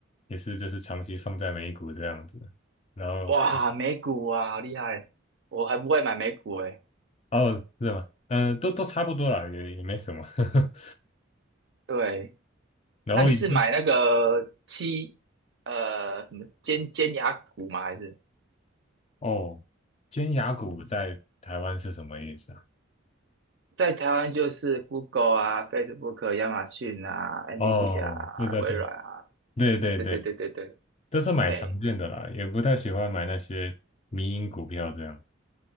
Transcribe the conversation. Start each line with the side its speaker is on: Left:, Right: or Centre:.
Left: 也是就是长期放在美股这样子，然后
Right: 哇，美股啊，好厉害！我还不会买美股哎、
Left: 哦是吗？嗯、都都差不多啦，也也没什么。<laughs>
Right: 对，
Left: 然后也是
Right: 那你是买那个七呃什么尖尖牙股吗？还是
Left: 哦，尖牙股在台湾是什么意思啊？
Right: 在台湾就是 Google 啊、Facebook、亚马逊啊、n
Left: 哦，
Right: v I d I A 啊、
Left: 对对对
Right: 微软啊？
Left: 对对对，
Right: 对对对对对，
Left: 都是买常见的啦，
Right: 哎、
Left: 也不太喜欢买那些迷因股票这样子。